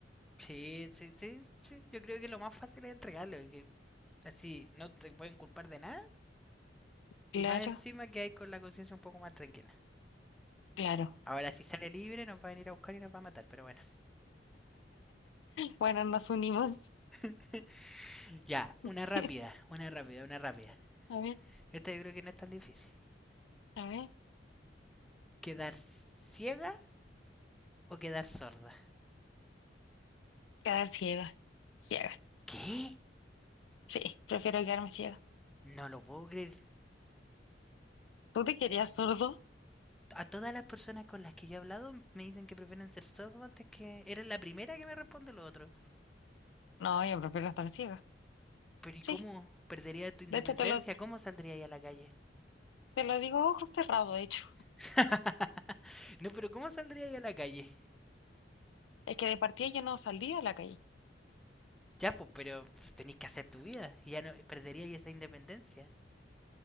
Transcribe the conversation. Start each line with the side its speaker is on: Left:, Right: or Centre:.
Centre: Sí, sí, sí, sí, Yo creo que lo más fácil es entregarlo. y que así no te pueden culpar de nada.
Left: Claro,
Centre: Y más encima que hay con la conciencia un poco más tranquila.
Left: claro.
Centre: Ahora, si sale libre, nos va a venir a buscar y nos va a matar. Pero bueno.
Left: Bueno, nos unimos.
Centre: <laughs> ya, una
Left: <laughs>
Centre: rápida, una rápida, una rápida.
Left: A ver,
Centre: Esta yo creo que no es tan difícil.
Left: a ver.
Centre: ¿Quedar ciega o quedar sorda?
Left: Quedar ciega. Ciega.
Centre: ¿Qué?
Left: Sí, prefiero quedarme ciega.
Centre: No lo puedo creer.
Left: ¿Tú te querías sordo?
Centre: A todas las personas con las que yo he hablado me dicen que prefieren ser sordos antes que... Eres la primera que me responde lo otro.
Left: No, yo prefiero estar ciega.
Centre: Pero ¿y
Left: Sí.
Centre: cómo perdería tu independencia?
Left: De hecho, te lo,
Centre: ¿Cómo saldría ahí a la calle?
Left: te lo digo a ojos cerrados, de hecho.
Centre: <laughs> No, pero ¿cómo saldría ahí a la calle?
Left: Es que de partida yo no saldría a la calle.
Centre: Ya, pues, pero tenéis que hacer tu vida. Y ya no perderíais esa independencia.